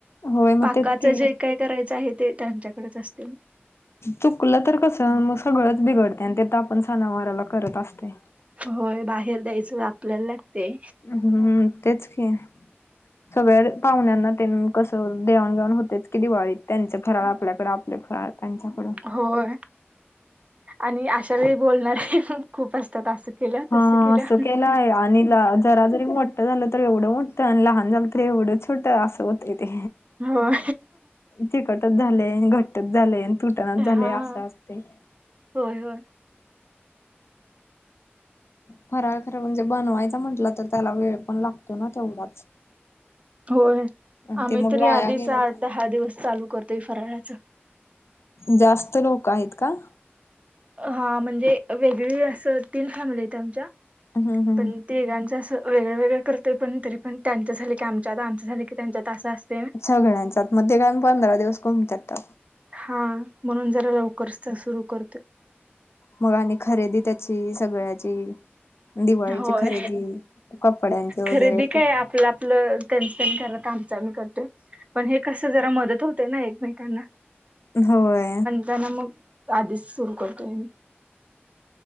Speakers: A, on the left; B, on the right.
A: होय मग
B: पाकाच
A: तेच की
B: जे काय करायचं आहे, ते त्यांच्याकडेच असतयं.
A: चुकलं तर कस मग सगळंच बिघडतयं आणि ते तर आपण सणावाराला करत असतोय.
B: होय. बाहेर द्यायचं, आपल्याला लागतय.
A: हं. तेच की. सगळ्या पाहुण्यांना तेनं कसं देवाण घेवाण होतेच की दिवाळीत. त्यांच फराळ आपल्याकडे आपले फराळ त्यांच्याकड.
B: होय. आणि अशा वेळी बोलणारी मग खूप असतात असं केलं,
A: हा
B: तस केलं.
A: असं केलाय आणि जरा जरी मोठं झालं तर एवढं मोठ. अन लहान झालं तर एवढं छोट असं होतय ते.
B: होय
A: चिकटच झालय आणि घट्टच झालय, तुटनाच
B: हा
A: झालय असं असतय.
B: होय होय.
A: फराळ खरं म्हणजे बनवायच म्हटलं तर त्याला वेळ पण लागतो ना तेवढाच.
B: होय.
A: आणि
B: आम्ही
A: ते मग
B: तर
A: वाया
B: आधीच
A: गेलं
B: आठ-
A: तर
B: दहा दिवस चालू करतोय फराळाच.
A: जास्त लोक आहेत का?
B: हा. म्हणजे वेगळी असं तीन फॅमिली आहेत आमच्या.
A: हं हं.
B: पण तिघांचं असं वेगळं वेगळं करतोय. पण तरी पण त्यांचं झालं की आमच्यात, आमचं झाल की त्यांच्यात असं असतय ना.
A: सगळ्यांचात. म ते गंज पंधरा दिवस घुमतात तर.
B: हा, म्हणून जरा लवकरच तर सुरू करतोय.
A: मग आणि खरेदी त्याची सगळ्याची. दिवाळीची
B: होय,
A: खरेदी कपड्यांचे वगैरे
B: खरेदी काय आपलं आपलं त्यांचं त्यांनी करत्यात, आमचं आम्ही करतोय. पण हे कसं जरा मदत होतेय ना एकमेकांना.
A: होय.
B: तेना मग आधीच सुरू करतोय आम्ही.